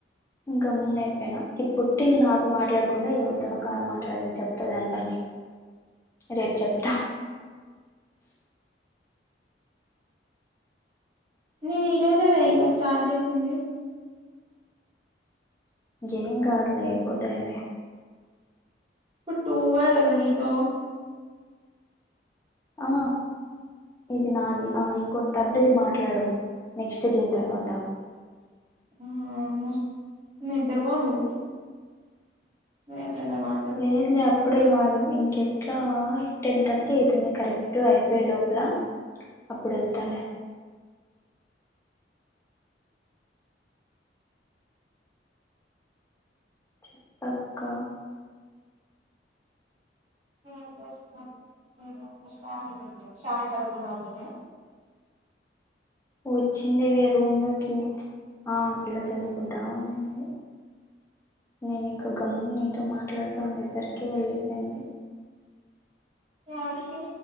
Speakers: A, on the left; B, on the right.
A: గమ్మున అయిపోయినా ఇ పొట్టిది నాతో మాట్లాడకుండా ఎవరితోనో కాదు మాట్లాడ చెప్తా దాని పని. రేప్ చెప్తా.
B: నేను ఈ రోజే వేయంగా స్టార్ట్ చేసింది.
A: ఏం కాద్లే అయిపోతాయిలే.
B: ఇప్పుడ్ టూవ గాద నితో.
A: ఆ ఇది నాది ఆ ఇంకోటి తర్డుది మాట్లాడు. నెక్స్ట్ దీన్ తర్వాత.
B: అమ్మ నిద్రపో నువ్వు నిద్ర బ ను మా.
A: లేదులే అప్ అప్పుడే కాదు ఇంకెట్లా టెన్ థర్టీ అవుతుంది కరెక్ట్ అయిపోయే లోపల. అప్పుడల్తలే. చెప్పక్క.
B: రియంబస్మేంట్ ఏదో స్టాట్ అయితద్ షాన చదువుకుంటంటేనా కదా.
A: వచ్చింది వే రూమ్ లోకి ఆ పిల్ల చదువుకుంటా ఉండింది. నేనింకా గమ్ము నీతో మాట్లాడుతా ఉండేసరికి వెళ్ళిపోయింది.
B: యాడికి.